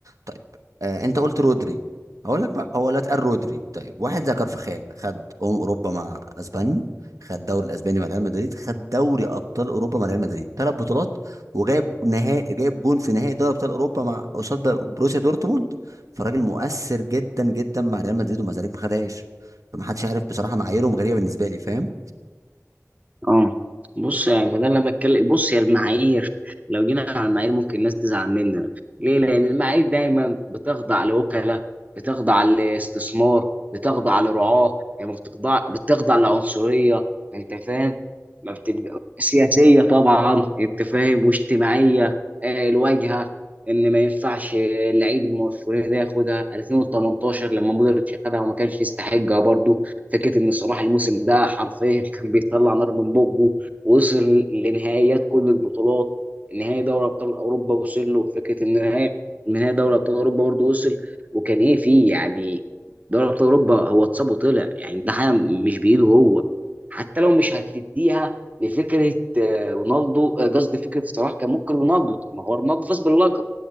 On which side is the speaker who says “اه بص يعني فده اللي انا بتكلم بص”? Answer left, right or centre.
Right